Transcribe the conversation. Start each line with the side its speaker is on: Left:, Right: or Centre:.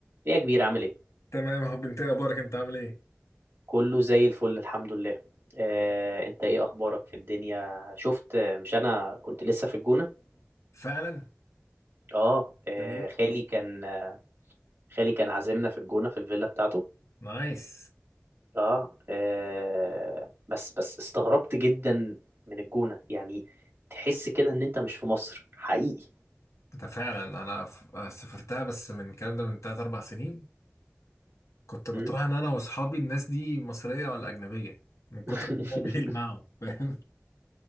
Right: ايه يا كبير عامل ايه
Left: تمام يا حب انت ايه اخبارك انت عامل ايه
Right: كله زي الفل الحمد لله آه، انت ايه اخبارك في الدنيا شفت آه، مش انا كنت لسه في الجونة
Left: فعلا
Right: اه آه،
Left: ده بيقول
Right: خالي كان آه، خالي كان عازمنا في الجونة في الفيلا بتاعته
Left: نايس
Right: اه آه، بس بس استغربت جدا من الجونة يعني تحس كده ان انت مش في مصر حقيقي
Left: ده فعلا انا ف- سافرتها بس من الكلام ده من 3 4 سنين كنت بتراهن
Right: م?
Left: انا واصحابي الناس دي مصريه ولا اجنبيه من كتر
Right: <laughs>
Left: ما هم بيلمعوا فاهم